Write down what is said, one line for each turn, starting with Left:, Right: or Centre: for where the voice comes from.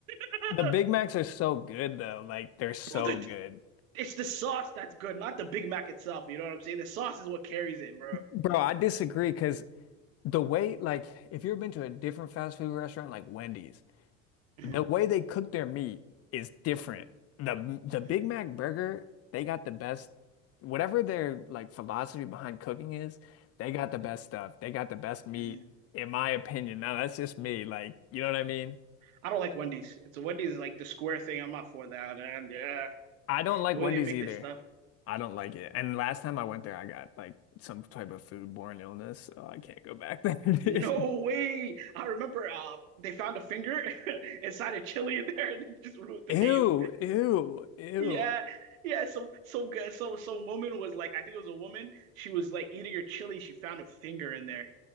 Right: <laughs>
Left: the
Right: bro.
Left: Big Macs are so good, though. Like, they're so
Right: The,
Left: good.
Right: it's the sauce that's good, not the Big Mac itself. You know what I'm saying? The sauce is what carries it, bro.
Left: Bro, I disagree because the way, like, if you've been to a different fast food restaurant, like Wendy's,
Right: <clears throat> Mhm,
Left: The way they cook their meat is different. The the
Right: mhm,
Left: Big Mac burger, they got the best, whatever their like philosophy behind cooking is, they got the best stuff. They got the best meat,
Right: mhm.
Left: in my opinion. Now that's just me. Like, you know what I mean?
Right: I don't like Wendy's. It's Wendy's is like the square thing. I'm not for that. And yeah,
Left: I don't like
Right: the way
Left: Wendy's
Right: they make
Left: either.
Right: this stuff.
Left: I don't like it. And last time I went there, I got like some type of foodborne illness, so I can't go back there. <laughs> Dude.
Right: No way! I remember uh, they found a finger <laughs> inside a chili in there and they just wrote the
Left: Ew,
Right: name.
Left: ew, ew.
Right: Yeah, yeah. Some some good. Some some woman was like, I think it was a woman. She was like eating her chili. She found a finger in there.